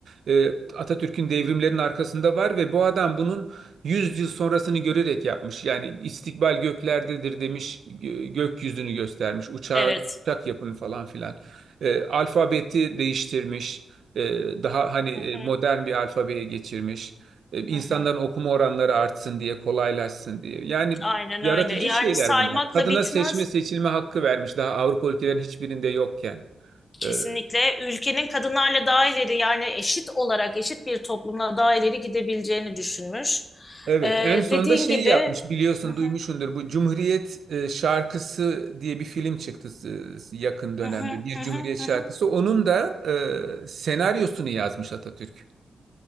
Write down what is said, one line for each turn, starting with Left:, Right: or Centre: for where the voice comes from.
Right: Ee, Atatürk'ün devrimlerin arkasında var ve bu adam bunun 100 yıl sonrasını görerek yapmış. Yani istikbal göklerdedir demiş, gö- gökyüzünü göstermiş. Uçağı,
Left: Evet.
Right: uçak yapın falan filan. Ee, alfabeti değiştirmiş. E, daha hani e,
Left: Hı hı.
Right: modern bir alfabeye geçirmiş. E, insanların
Left: Hı hı.
Right: okuma oranları artsın diye, kolaylaşsın diye. Yani
Left: Aynen
Right: yaratıcı
Left: öyle. Yani
Right: şeyler
Left: saymakla
Right: bunlar. Kadına
Left: bitmez.
Right: seçme seçilme hakkı vermiş daha Avrupa ülkelerin hiçbirinde yokken.
Left: Kesinlikle
Right: E,
Left: ülkenin kadınlarla daha ileri yani eşit olarak eşit bir toplumla daha ileri gidebileceğini düşünmüş.
Right: Evet,
Left: Ee,
Right: en son
Left: dediğin
Right: da şeyi
Left: gibi
Right: yapmış biliyorsun
Left: Hı hı,
Right: duymuşsundur bu Cumhuriyet e, şarkısı diye bir film çıktı e, yakın dönemde
Left: hı hı,
Right: bir
Left: hı
Right: Cumhuriyet
Left: hı,
Right: şarkısı
Left: hı hı.
Right: onun da e, senaryosunu yazmış Atatürk.